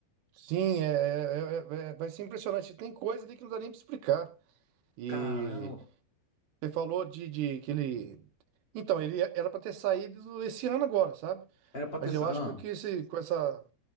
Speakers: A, on the right; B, on the left.
A: Sim, é, é- é- é- vai ser impressionante. Tem coisa ali que não dá nem para explicar. E
B: Caramba.
A: você falou de, de que ele. Então, ele é, era para ter saído esse ano agora, sabe?
B: Era pra ter.
A: Mas
B: sa-
A: eu acho
B: Ah.
A: que esse, com essa,